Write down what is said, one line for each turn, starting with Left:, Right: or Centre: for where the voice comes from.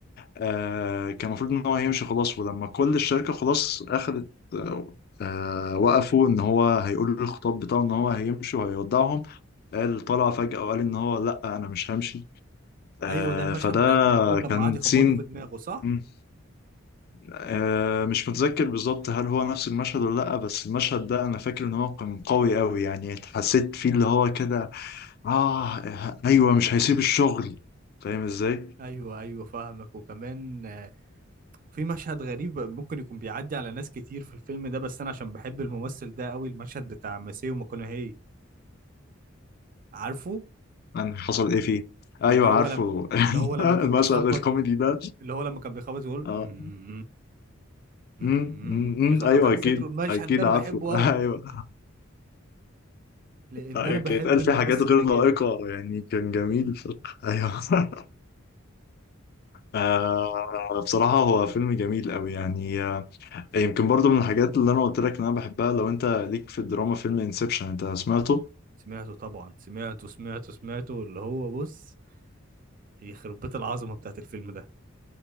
Left: آه كان المفروض ان هو هيمشي خلاص ولما كل الشركه خلاص اخذت آه آه، وقفوا ان هو هيقول الخطاب بتاعه ان هو هيمشي وهيودعهم قال طلع فجاه وقال ان هو لا انا مش همشي آه
Right: أيوه ده المشهد
Left: فده
Right: بتاع التليفون لما
Left: كان
Right: قعد يخبطه
Left: سين
Right: في دماغه صح؟
Left: مم. آه مش متذكر بالظبط هل هو نفس المشهد ولا لا بس المشهد ده انا فاكر ان هو كان قوي قوي يعني حسيت فيه اللي هو كده اه ايوه مش هيسيب الشغل فاهم ازاي
Right: أيوه أيوه فاهمك وكمان آه، في مشهد غريب ممكن يكون بيعدي على ناس كتير في الفيلم ده بس أنا عشان بحب الممثل ده قوي المشهد بتاع ماسيو ماكونهي عارفه؟
Left: يعني حصل ايه فيه ايوه
Right: اللي هو
Left: عارفه
Right: لما اللي
Left: <laughs>
Right: هو لما
Left: المشهد
Right: كان بيخبط
Left: الكوميدي ده
Right: اللي هو لما كان بيخبط يقول
Left: اه
Right: "أمم، أمم",
Left: أمم، أمم، أمم،
Right: بيخبط
Left: ايوه
Right: على
Left: اكيد
Right: صدره المشهد
Left: اكيد
Right: ده انا
Left: عارفه
Right: بحبه
Left: <laughs>
Right: قوي
Left: ايوه
Right: لان
Left: أيوة،
Right: انا بحب
Left: كان يتقال
Right: الممثل
Left: فيه حاجات غير
Right: ده
Left: لائقه
Right: جامد
Left: يعني كان جميل ف... ايوه <laughs> آه بصراحه هو فيلم جميل قوي يعني آه يمكن برضو من الحاجات اللي انا قلت لك ان انا بحبها لو انت ليك في الدراما فيلم انسبشن انت سمعته
Right: سمعته طبعا سمعته سمعته سمعته اللي هو بص يخرب بيت العظمه بتاعت الفيلم ده